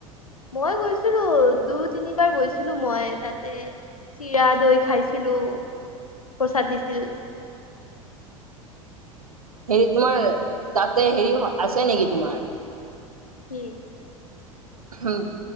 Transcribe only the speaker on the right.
হেৰি তোমাৰ তাতে হেৰি আছে নেকি তোমাৰ-
উম